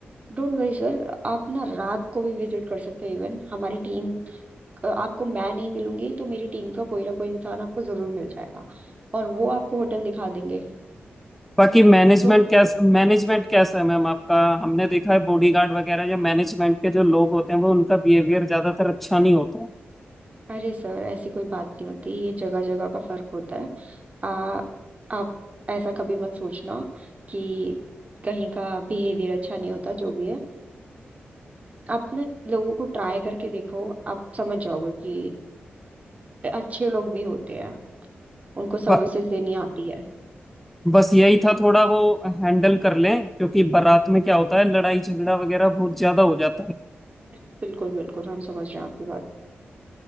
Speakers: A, on the right (about 35°); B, in the centre.
A: डोंट वरी सर आप ना रात को भी विजिट कर सकते हो इवन हमारी टीम अ, आपको मैं नहीं मिलूंगी तो मेरी टीम का कोई ना कोई इंसान आपको जरूर मिल जाएगा और वो आपको होटल दिखा देंगे
B: बाकी मैनेजमेंट
A: तो
B: कैसा मैनेजमेंट
A: हम्म,
B: कैसा है मैम आपका हमने देखा है बॉडीगार्ड वगैरह या मैनेजमेंट के जो लोग होते हैं वो उनका बिहेवियर ज्यादातर अच्छा नहीं होता
A: अरे सर ऐसी कोई बात नहीं होती ये जगह जगह का फर्क होता है आ, आप ऐसा कभी मत सोचना कि कहीं का बिहेवियर अच्छा नहीं होता जो भी है आप ना लोगों को ट्राई करके देखो आप समझ जाओगे कि अच्छे लोग भी होते हैं उनको सर्विसेज
B: है।
A: देनी आती है
B: बस यही था थोड़ा वो हैंडल कर लें क्योंकि बारात में क्या होता है लड़ाई झगड़ा वगैरह बहुत ज्यादा हो जाता है
A: अरे बिल्कुल बिल्कुल हम समझ रहे हैं आपकी बात